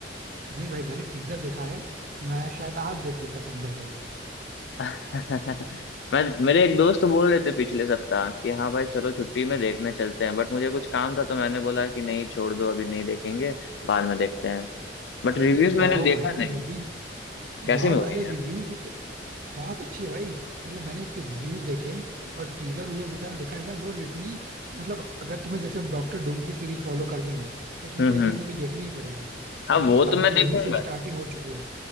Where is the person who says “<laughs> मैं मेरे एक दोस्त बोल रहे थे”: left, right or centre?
Left